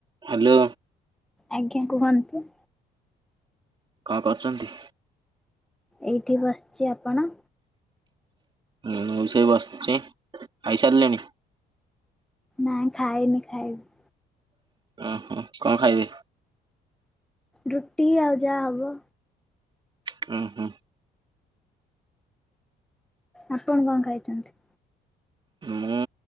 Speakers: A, on the right; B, in the centre.
A: ହ୍ୟାଲୋ।
B: ଆଜ୍ଞା କୁହନ୍ତୁ।
A: କଣ କରୁଛନ୍ତି?
B: ଏଇଠି ବସିଛି ଆପଣ?
A: ମୁଁ ଷେଇ ବସିଛି ଖାଇ ସାରିଲେଣି।
B: ନାଇଁ ଖାଇନି ଖାଇବି।
A: ଓ ହୋ କଣ ଖାଇବେ?
B: ରୁଟି ଆଉ ଯା ହବ।
A: ହୁଁ ହୁଁ।
B: ଆପଣ କଣ ଖାଇଛନ୍ତି?
A: ମୁଁ